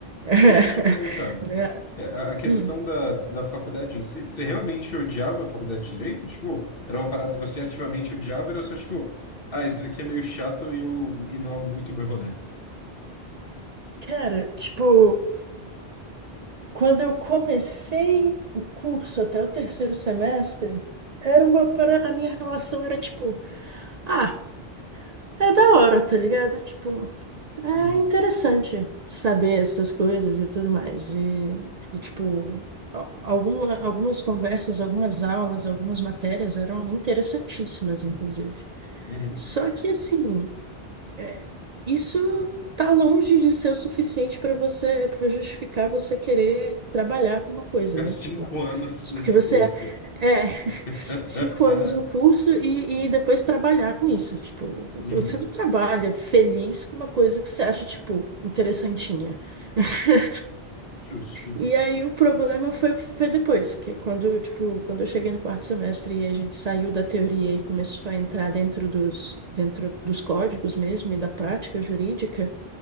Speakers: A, on the right; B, on the left.
A: <laughs>
B: Mas deixa eu te perguntar.
A: Né?
B: É, a, a questão
A: Hum.
B: da, da faculdade em si, você realmente odiava a faculdade de Direito? Tipo, era uma parada que você ativamente odiava, era só tipo, ah, isso aqui é meio chato e, eu, e não é muito o meu rolê.
A: Cara, tipo, quando eu comecei o curso até o terceiro semestre, era uma para a minha relação era tipo, ah, é da hora, tá ligado? Tipo, É
B: Uhum,
A: interessante saber essas coisas e tudo mais. E, e, tipo, al- alguma, algumas conversas, algumas aulas, algumas matérias eram interessantíssimas, inclusive.
B: uhum,
A: Só que, assim, é, isso tá longe de ser o suficiente para você, para justificar você querer trabalhar com uma coisa,
B: Há
A: né?
B: cinco
A: Tipo,
B: anos
A: isso
B: nesse
A: porque você
B: curso.
A: é <laughs>
B: <laughs>
A: cinco anos no curso e, e depois trabalhar com isso. Tipo,
B: uhum.
A: você não trabalha feliz com uma coisa que você acha, tipo, interessantinha. <laughs>
B: Justo,
A: E aí o problema foi, foi depois, que quando, tipo, quando eu cheguei no quarto semestre e a gente saiu da teoria e começou a entrar dentro dos, dentro dos códigos mesmo e da prática jurídica,